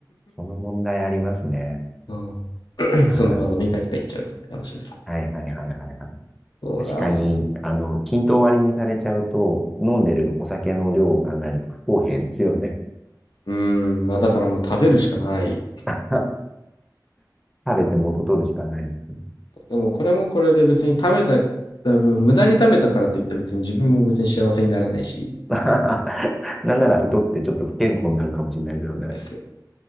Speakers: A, in the centre; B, on the left (about 85°).
A: その問題ありますね。
B: <laughs> うん
A: ああ
B: <clears throat> その、まあ、飲み会とか行っちゃうとって話ですね。
A: はいはいはいはいはい。
B: そうだ、
A: 確かに、
B: そう。
A: あの、均等割りにされちゃうと、飲んでるお酒の量を考えると不公平ですよね。
B: うーん、まあ、だからもう食べるしかない。
A: <laughs> 食べて元取るしかないですね。
B: でも、これもこれで別に食べた、多分無駄に食べたからといって別に自分も別に幸せにならないし、
A: <laughs> なんなら太ってちょっと不健康になるかもしれないですよね。
B: そうですよ。